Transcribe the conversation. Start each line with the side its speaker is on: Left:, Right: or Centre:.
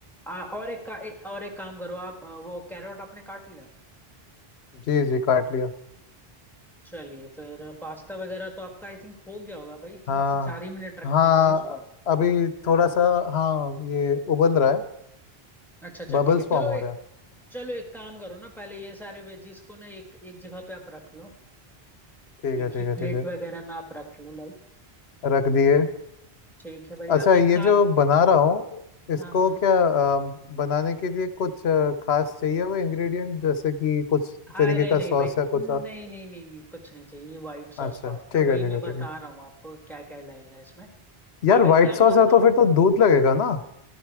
Centre: आ, और एक का ए, और एक काम करो आप अ, वो कैरेट आपने काट लिया
Left: जी जी काट लिया
Centre: चलिए फिर पास्ता वगैरह तो आपका आई थिंक हो गया होगा भाई तीन
Left: हाँ
Centre: से चार ही मिनट रखते
Left: हाँ
Centre: हैं भाई उसको
Left: अभी थोड़ा सा हाँ ये उबल रहा है
Centre: अच्छा अच्छा
Left: बबल्स
Centre: ठीक है
Left: फॉर्म
Centre: चलो
Left: हो रहे हैं
Centre: चलो एक काम करो ना पहले ये सारे वेजीज को ना एक एक जगह पे आप रख लो
Left: ठीक
Centre: एक
Left: है ठीक
Centre: ही
Left: है
Centre: प्लेट
Left: ठीक है
Centre: वगैरह में आप रख लो लाइक
Left: रख दिए
Centre: ठीक है भाई
Left: अच्छा
Centre: अब एक
Left: ये
Centre: काम
Left: जो बना रहा हूँ
Centre: हाँ
Left: इसको
Centre: हाँ
Left: क्या अ, बनाने के लिए कुछ अ, खास चाहिए हुए इंग्रेडिएंट जैसे कि कुछ
Centre: अरे
Left: तरीके
Centre: नहीं
Left: का सॉस
Centre: भाई
Left: या कुछ
Centre: नहीं
Left: और
Centre: नहीं नहीं नहीं कुछ नहीं चाहिए ये व्हाइट सॉस
Left: अच्छा
Centre: पास्ता
Left: ठीक
Centre: वही
Left: है ठीक
Centre: मैं
Left: है
Centre: बता
Left: ठीक है
Centre: रहा हूँ आपको क्या क्या लगेगा इसमें
Left: यार
Centre: अब
Left: व्हाइट
Centre: एक काम
Left: सॉस
Centre: करो
Left: है
Centre: ना
Left: तो फिर तो दूध लगेगा ना